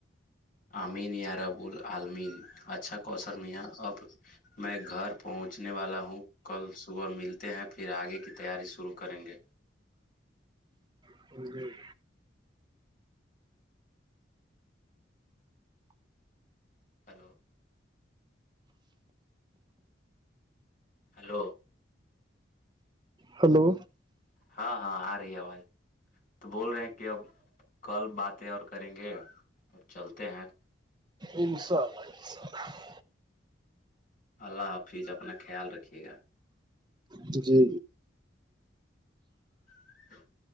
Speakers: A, on the left; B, on the right.
A: امین یاربول عالمین اچھا کوثر میاں اب میں گھر پہنچنے والا ہوں کل صبح ملتے ہیں پھر آگے کی تیاری شروع کریں گے
B: ج ج
A: ہیلو ہلو
B: ہلو
A: ہاں ہاں آ رہی ہے آواز تو بول رہے ہیں کہ اب کل باتیں اور کریں گے اب چلتے ہیں
B: ان شاء اللہ ان شاءلہ
A: اللہ حافظ اپنا خیال رکھیے گا
B: جی جی
A: ج <inaudible>